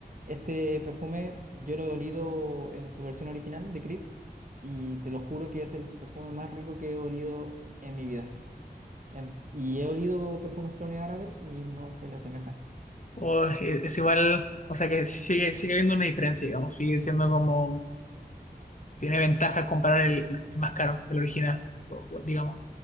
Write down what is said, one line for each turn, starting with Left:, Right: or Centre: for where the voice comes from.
Right: este perfume yo lo he olido en su versión original de Creed y te lo juro que es el perfume más rico que he olido en mi vida. En- y he olido perfumes clone árabe y no se le asemejan.
Left: O es, es igual, o sea que sigue, sigue habiendo una diferencia, digamos, sigue siendo como... Tiene ventajas comparar el, el más caro, el original, o- o digamos.